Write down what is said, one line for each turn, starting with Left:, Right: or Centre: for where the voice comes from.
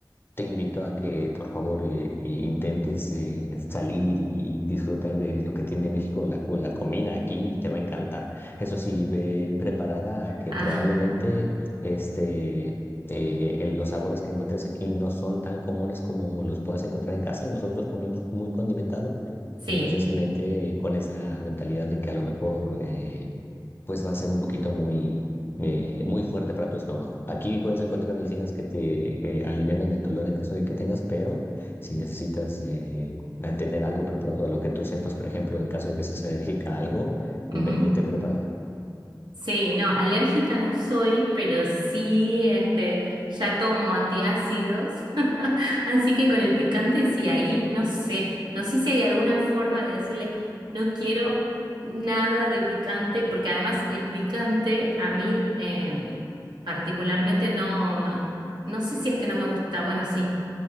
Left: Te invito a que, por favor, eh, eh, intentes eh, salir y, y disfrutar de lo que tiene México, la, co- la comida aquí, y te va a encantar. Eso sí, ven preparada a que
Right: Ah,
Left: probablemente este, eh, el- los sabores que encuentres aquí no son tan comunes como los puedas encontrar en casa. Nosotros comemos muy condimentado,
Right: <laughs>
Left: entonces
Right: sí,
Left: vente con esa mentalidad de que a lo mejor eh, pues va a ser un poquito muy, eh, muy fuerte para tu estómago. Aquí puedes encontrar medicinas que te eh, alivianen el dolor en caso de que tengas, pero si necesitas eh, tener algo preparado, lo que tú sepas, por ejemplo, en caso de que seas alérgica a algo, vengete
Right: ujú.
Left: preparada.
Right: Sí, no, alérgica no soy, pero sí, este, ya tomo antiácidos, <laughs> así que con el picante sí, ahí no sé, no sé si hay alguna forma de decirle, no quiero nada de picante, porque además el picante a mí eh, particularmente no, no, no sé si es que no me gusta, bueno, sí,